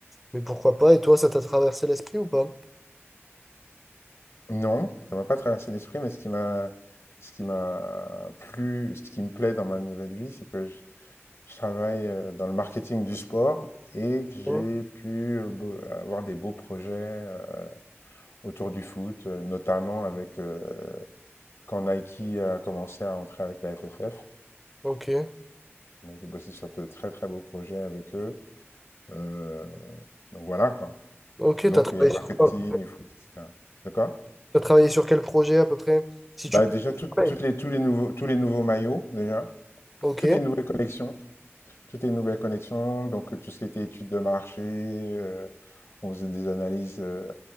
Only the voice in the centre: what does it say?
mais pourquoi pas. Et toi, ça t'a traversé l'esprit ou pas?
Ouais.
Ok.
Ok,
t'as travaillé
sur quoi?
T'as travaillé sur quel projet à peu près? Si
tu peux.
Ouais.
Ok.